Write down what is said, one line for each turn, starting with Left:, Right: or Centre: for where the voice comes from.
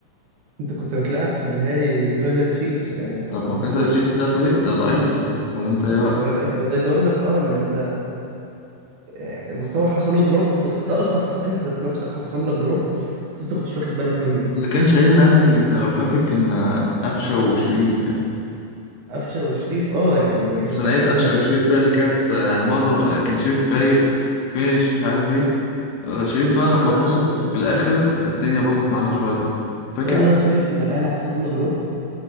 Right: انت كنت بتلعب في النهائي كايزر تشيفز يعني فصباح
Left: طب ما كذا
Right: الفل
Left: تشيلسي
Right: ده
Left: ده فريق ده ضعيف يعني ولا انت ايه رأيك؟
Right: ده ده يدل لك اه ان انت اه، المستوى حصل له دروب بس انت اصلا حص... انت ذات نفسك حصل لك دروب بس انت كنتش واخد بالك منه
Left: اللي كان شايلنا يا ابني انت لو فاكر كان آه، قفشة وشريف يعني
Right: قفشه وشريف اه يعني دي كانت
Left: ثنائية
Right: حاجه
Left: أفشة
Right: غريبه
Left: والشريف هي اللي كانت آه، يعني معظم كان شريف فايق فيش مش عارف ايه آه، شريف بقى
Right: بس
Left: لما
Right: انا
Left: اتصاب
Right: انا
Left: في الآخر الدنيا باظت معانا شوية فاكر
Right: بس انا أنا شايف ان الاهلي حصل له دروب